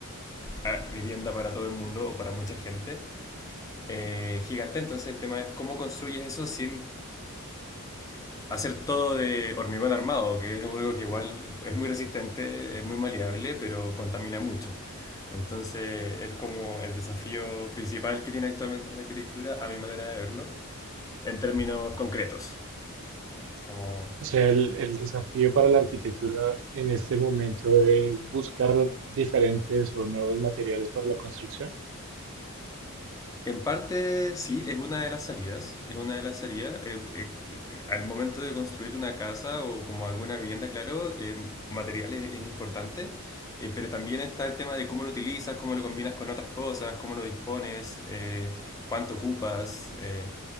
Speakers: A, on the left; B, on the right.
A: ah, vivienda para todo el mundo o para mucha gente eh, gigante. Entonces el tema es cómo construyes eso sin hacer todo de hormigón armado, que es algo que igual es muy resistente, es muy maleable, pero contamina mucho. Entonces es como el desafío principal que tiene actualmente la arquitectura, a mi manera de verlo. en términos concretos. Como...
B: O sea, el, el desafío para la arquitectura en este momento es buscar diferentes o nuevos materiales para la construcción
A: En parte sí, es una de las salidas, es una de las salidas. eh, eh, al momento de construir una casa o como alguna vivienda, claro, eh, materiales es importante, eh, pero también está el tema de cómo lo utilizas, cómo lo combinas con otras cosas, cómo lo dispones, eh, cuánto ocupas. eh.